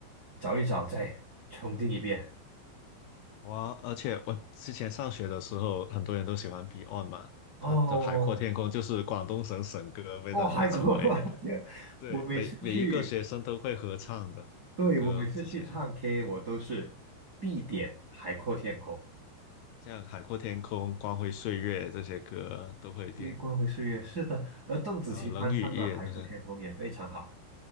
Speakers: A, on the right (about 40°); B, on the left (about 75°).
A: 找一找，再重听一遍。
B: 哇，而且我之前上学的时候，很多人都喜欢 Beyond 嘛，
A: 哦，
B: 他的《海阔天空》就是广东省省歌，被大家称为，
A: 哦，<laughs> 韩国，<laughs> 我的天！
B: 对，
A: 我每次去。
B: 每每一个学生都会合唱的的歌。
A: 对，我每次去唱
B: 之前
A: K，我都是必点《海阔天空》，
B: 像《海阔天空》《光辉岁月》这些歌都会点，
A: 微光会岁月。是的，而邓紫棋翻唱的《海阔天空》也非常好。
B: 还有《冷雨夜》这些。